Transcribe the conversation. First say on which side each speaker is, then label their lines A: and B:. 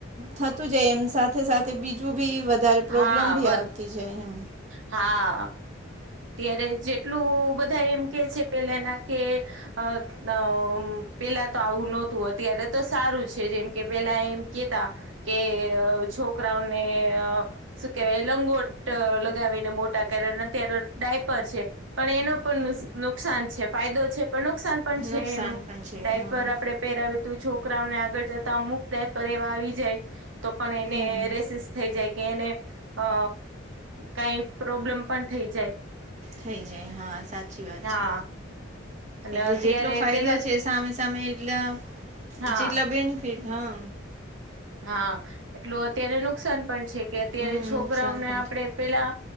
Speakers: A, on the right; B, on the right.
A: થતું જાય એમ સાથે સાથે બીજું બી વધારે પ્રોબ્લેમ
B: હા
A: બી
B: વધ
A: આવતી જાય એમ
B: હા ત્યારે જેટલું બધા એમ કે છે પેલાના કે અ પેલા તો આવું નતું અત્યારે તો સારું છે જેમ કે પેલા એમ કેતા કે છોકરાઓને શું કેવાય લંગોટ લગાવીને મોટા કરિયા અત્યારે ડાયપર છે પણ એનો પણ નુકસાન છે ફાયદો છે પણ નુક નુકસાન પણ છે
A: નુકસાન
B: એનું
A: પણ છે
B: ડાયપર
A: હા
B: આપણે પહેરાવે તું છોકરાઓને આગળ જતા અમુક ડાયપર એવા આવી જાય તો પણ એને
A: હમ
B: રેસિસ થઈ જાય કે એને અ કઈ પ્રોબ્લેમ પણ થઈ જાય
A: થઈ જાય હા સાચી વાત
B: હા
A: છે
B: અને
A: એટલે
B: અત્યારે
A: જેટલો ફાયદો
B: પેલા
A: છે સામે તમે એટલા
B: હા
A: જેટલા બેનિફિટ હા
B: હા એટલું અત્યારે નુકસાન પણ છે કે અત્યારે
A: હમ
B: છોકરાઓને
A: નુકસાન પણ
B: આપણે
A: છે
B: પેલા